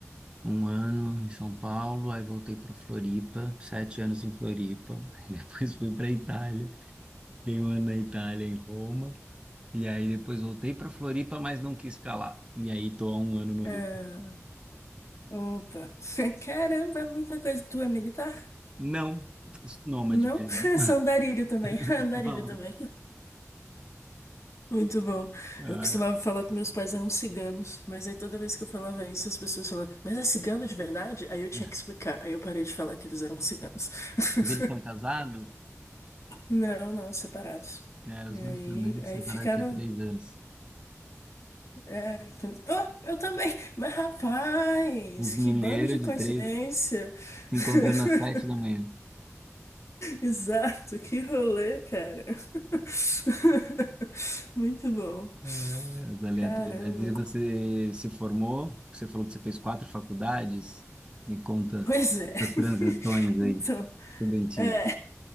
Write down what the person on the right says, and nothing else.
Um ano em São Paulo, aí voltei para Floripa, sete anos em Floripa. <laughs> Aí depois fui para Itália, fiquei um ano na Itália, em Roma. E aí depois voltei para Floripa, mas não quis ficar lá. E aí tô há um ano no
Rio.
Não, os nômade
mesmo.
<laughs>
Não.
Ah,
né.
Eles são casados,
né? Os
meus também se
separaram
tinha três anos.
Os mineiros
de
três se
encontrando às sete da manhã.
É, as aleatoriedades.
E você se formou? Você falou que você fez quatro faculdades? Me conta
essas transições aí,
estudantis.